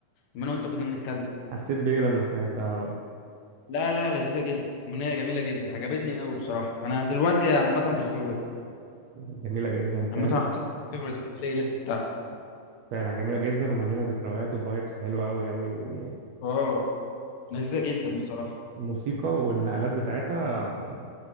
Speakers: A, on the left (about 75°); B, on the right (about 75°).
A: لما انا وانت كنا بنتكلم
B: حسيت بإيه لما سمعتها بقى
A: لا لا لذيذه جدا اغنيه جميله جدا عجبتني قوي بصراحه انا دلوقتي عامه في الفيفوريت
B: جميلة جدا فعلا
A: عامه حطيتها في الفيفوريت في البلاي ليست بتاعتي
B: فعلا جميلة جدا ومليانة ذكريات وفايبس حلوة أوي أوي ويعني
A: اه لذيذه جدا بصراحه
B: الموسيقى والنقلات بتاعتها